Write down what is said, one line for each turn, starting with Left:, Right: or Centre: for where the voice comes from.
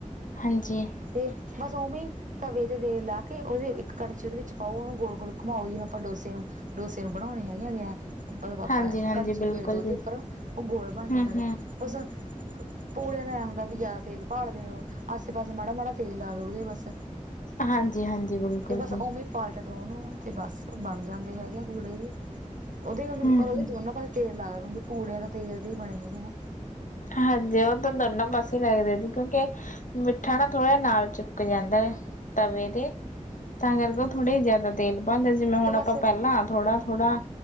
Left: ਹਾਂਜੀ
Right: ਤੇ ਬਸੋਮੀ <unintelligible> ਤਵੇ ਤੇ ਤੇਲ ਲਾ ਕੇ ਓਦੀ ਇੱਕ ਕੜਛੀ ਓਦੇ ਵਿੱਚ ਪਾਓ, ਓਨੂੰ ਗੋਲ਼-ਗੋਲ਼ ਘੁਮਾਓ ਜਿਵੇਂ ਆਪਾਂ ਡੋਸੇ ਨੂੰ ਡੋਸੇ ਨੂੰ ਬਣਾਓਣੇ ਹੈਗੇ ਆ ਵੀ ਐ ਆਪਾਂ,
Left: ਹਾਂਜੀ, ਹਾਂਜੀ
Right: ਕੜਛੀ
Left: ਬਿਲਕੁਲ
Right: ਫੇਰਦੇ ਓਦੇ
Left: ਜੀ,
Right: ਉੱਪਰ ਓ ਗੋਲ਼ ਬਣ
Left: ਹੂੰ,
Right: ਜਾਂਦਾ
Left: ਹੂੰ।
Right: ਗਾ। ਬਸ ਪੂੜਿਆਂ ਦਾ ਐਂ ਹੂੰਦਾ, ਵੀ ਜ਼ਿਆਦਾ ਤੇਲ ਭਾਲ਼ਦੇ ਨੇ ਉਹ। ਆਸੇ-ਪਾਸੇ ਮਾੜਾ ਮਾੜਾ ਤੇਲ ਲਾ ਦੋ ਓਦੇ ਬਸ,
Left: ਹਾਂਜੀ, ਹਾਂਜੀ ਬਿਲਕੁਲ
Right: ਤੇ ਬਸ
Left: ਜੀ।
Right: ਓਮੇ ਪਲਟ ਦੋ ਓਨੂੰ ਤੇ ਬਸ ਬਣ ਜਾਂਦੇ ਹੈਗੇ ਆ ਪੂੜੇ ਵੀ ਉਹਦੇ
Left: ਹੂੰ,
Right: ਪਰ ਉਹਦੇ
Left: ਹੂੰ
Right: ਦੋਨਾਂ ਪਾਸੇ ਤੇਲ ਲਾ ਦੇਣਾ ਕਿਉਂਕਿ ਪੂੜਿਆਂ ਦਾ ਤੇਲ ਦੇ ਹੀ ਬਣੇ ਹੈਗੇ ਨਾ।
Left: ਹਾਂਜੀ, ਉਹ ਤਾਂ ਦੋਨਾਂ ਪਾਸੇ ਈ ਲੱਗਦਾ ਜੀ ਕਿਉਂਕਿ ਮਿੱਠਾ ਨਾ ਥੋੜ੍ਹਾ ਜਿਹਾ ਨਾਲ ਚੁਪਕ ਜਾਂਦਾ ਤਵੇ ਤੇ। ਤਾਂ ਕਰਕੇ
Right: ਅੱਛਾ।
Left: ਥੋੜ੍ਹੇ ਜ਼ਿਆਦਾ ਤੇਲ ਪਾ ਲਿਆ ਜਿਵੇਂ ਹੁਣ
Right: ਤੇ ਬਸ
Left: ਆਪਾਂ ਪਹਿਲਾਂ ਥੋੜ੍ਹਾ ਥੋੜ੍ਹਾ